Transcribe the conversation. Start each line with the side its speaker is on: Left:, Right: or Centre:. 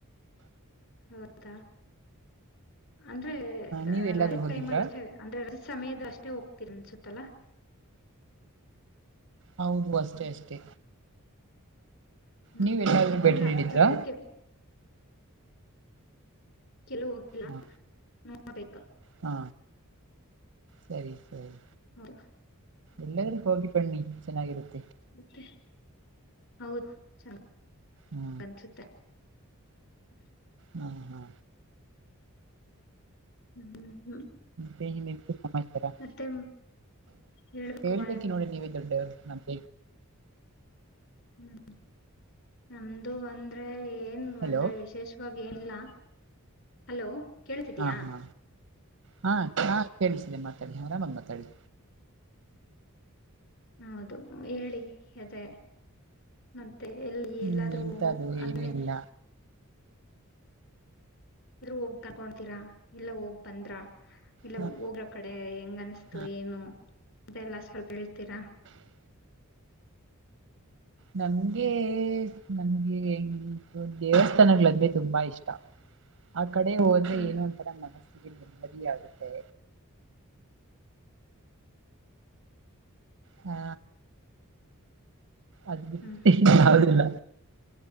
Left: ಹೌದಾ ಅಂದ್ರೆ
Right: ನೀವ್ ಎಲ್ಲಾದ್ರೂ
Left: ರ
Right: ಹೋಗಿದ್ರಾ
Left: ಟೈಮ್ ಅಲ್ ಅಷ್ಟೆ ಅಂದ್ರೆ ರ ಸಮಯದಷ್ಟೆ ಮೆ ಹೋಗ್ತೀರ ಅನ್ಸುತ್ತಲಾ
Right: ಹೌದು ಬಷ್ಟೆ
Left: ಹ್ಮ್
Right: ಅಷ್ಟೇ
Left: ಹ್ಮ್
Right: ನೀವ್ ಎಲ್ಲಾದ್ರೂ ಭೇಟಿ
Left: ಇಲ್ಲ
Right: ನೀಡಿದ್ರಾ
Left: ಸದ್ಯಕ್ಕೆ ಕೆಲವ ಹೋಗ್ಲ್ಲ
Right: ಹ
Left: ನೋಬೇಕಾ
Right: ಹಾ ಸರಿ ಸರಿ
Left: ಹೌದು
Right: ಎಲ್ಲಾದ್ರೂ ಹೋಗಿ ಬಣ್ಣಿ ಚೆನ್ನಾಗಿರುತ್ತೆ
Left: ಮತ್ತೆ ಹೌದು ಚ
Right: ಹಾ
Left: ಅನ್ಸುತ್ತೆ ಹ್ಮ
Right: ಹಾ ಹಾ
Left: ಹ್ಮ್ ಹ್ಮ್
Right: ಮೆ ಎಂತ ಸಮಾಚಾರ
Left: ಮತ್ತೆ ಹೇಳ್ಬೇಕು
Right: ಹೇಳ್ಬೇಕಿ
Left: ಹ್ಮ್
Right: ನೋಡಿ ನೀವ ಇ ನಂತ
Left: ಹ್ಮ್ ನಮ್ದು ಅಂದ್ರೆ ಏನ್
Right: ಹಲೋ
Left: ಅಂದ್ರೆ ವಿಶೇಷವಾಗಿ ಏನಲ್ಲ ಹಲೋ ಕೇೇಳತಿದಯಾ
Right: ಹಾ ಹಾ ಹಾ ಹಾ ಕೇಳಿಸಿದೆ ಮಾತಾಡಿ ಹರಾಮಂಗ ಮಾತಾಡಿ
Left: ಹೌದು ಹೇಳಿ ಅದೆ ಮತ್ ಮತ್ತ ಎಲ್ಲಿ ಎಲ್ಲಾದ್ರೂ
Right: ಇನ್ ಇಂತದ್ದು
Left: ಅಂದೆ
Right: ಏನು ಇಲ್ಲ
Left: ಎರು ಹೋಗ ತಕೊತೀರಾ ಎಲ್ಲ ಹೋಗ್ ಬಂದ್ರ ಇಲ್ಲ
Right: ಹ
Left: ಹೋಗ್ರ ಕಡೆ ಹೆಂಗ್ ಅನಿಸ್ತು
Right: ಹಾ
Left: ಏನು ಅದೆಲ್ಲ ಸ್ವಲ್ಪ ಹೇಳ್ತೀರಾ
Right: ನಂಗೆ ನಮ್ಗೆ ಹೆ ದೇವಸ್ಥಾನಗಳಂದ್ರೆ ತುಂಬಾ ಇಷ್ಟ ಆ ಕಡೆ ಹೋದ್ರೆ
Left: ಹ್ಮ್
Right: ಏನು ಅಂತರ ಮನಸ್ಸಿಗೆ ನೆಮ್ಮದಿಯಾಗುತ್ತೆ ಹಾ ಅದ್ ಬಿಟ್ಟ
Left: ಹ್ಮ್
Right: ಯಾದಿಲ್ಲ